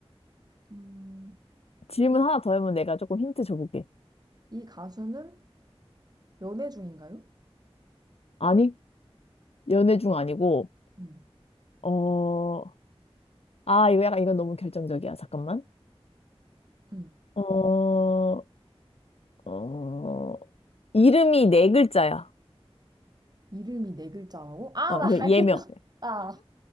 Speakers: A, on the right; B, on the left.
A: 음,
B: 질문
A: 이,
B: 하나 더 하면 내가 조금 힌트 줘볼게.
A: 이 가수는 연애 중인가요?
B: 아니, 연애 중 아니고,
A: 음,
B: 어, 아, 이거 약간, 이건 너무 결정적이야. 잠깐만.
A: 음.
B: 어, 어, 이름이 네 글자야.
A: 이름이 네 글자라고? 아,
B: 어,
A: 나
B: 그
A: 알겠다.
B: 예명.
A: 나 알아.